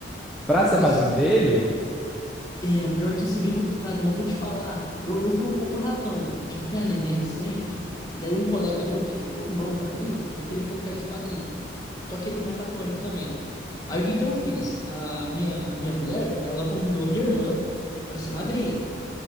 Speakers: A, in the centre; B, on the left (about 20°).
A: para ser
B: Mas
A: padrinho dele?
B: É, pior que isso é bem complicado, mas vou te falar. Eu, eu fui um pouco ratão. Eu tive minha neném recente, e daí um colega meu, que é tipo um irmão pra mim, eu queria colocar ele de padrinho. Só que ele não é católico também. Aí o que que eu fiz? A minha, minha mulher, ela convidou a minha irmã pra ser madrinha.